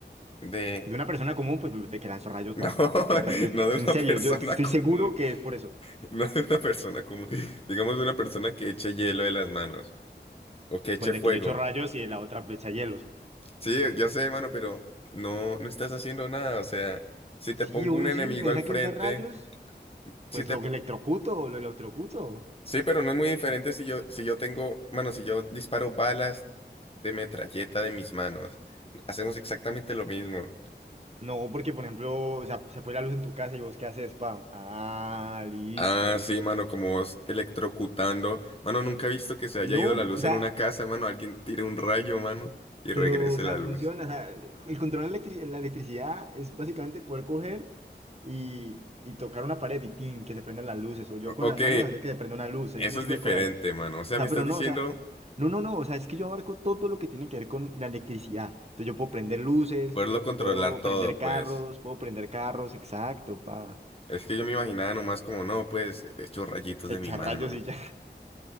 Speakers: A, on the left (about 30°); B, on the right (about 35°).
A: de...
B: De una
A: <laughs>
B: persona común, pues, de que lanzo rayos,
A: No,
B: pa. Te- te- te-
A: no de una
B: en serio,
A: persona
B: yo estoy
A: común.
B: seguro que es por eso.
A: <laughs> No de una persona común, digamos de una persona que eche hielo de las manos o que eche
B: Pues de
A: fuego.
B: que yo echo rayos y de la otra echa hielos.
A: Sí, ya sé, mano, pero no, no estás haciendo nada. O sea, si te
B: Sí,
A: pongo
B: obvio,
A: un enemigo
B: sí. Pensá
A: al frente,
B: que usar rayos, pues
A: si te
B: lo
A: po-
B: electrocuto, lo electrocuto.
A: sí, pero no es muy diferente si yo, si yo tengo, mano, si yo disparo balas de metralleta de mis manos, hacemos exactamente lo mismo.
B: No, porque por ejemplo, o sea, se fue la luz en tu casa y vos qué haces, spam. Ah, listo.
A: Ah, sí, mano, como vos electrocutando. Mano, nunca he visto que
B: No,
A: se haya ido la luz
B: o sea,
A: en una casa, mano. Alguien tire un rayo, mano, y
B: pero,
A: regrese
B: o sea,
A: la luz.
B: funciona. O sea, el control de electri- la electricidad es básicamente poder coger y, y tocar una pared y tin, que se prendan las luces. O yo
A: O-
B: con
A: Ok,
B: las manos hacer que se prenda una luz,
A: Eso
B: ese tipo
A: es diferente,
B: de cosas.
A: mano. O sea,
B: O sea,
A: me estás
B: pero
A: diciendo
B: no, o sea, no, no, no. O sea, es que yo abarco todo lo que tiene que ver con la electricidad. Entonces yo puedo prender luces,
A: poderlo controlar
B: puedo
A: todo,
B: prender carros,
A: pues.
B: puedo prender carros, exacto, pa.
A: Es que yo me imaginaba nomás como, no, pues, hecho rayitos
B: Echar
A: de mi mano.
B: rayos y ya.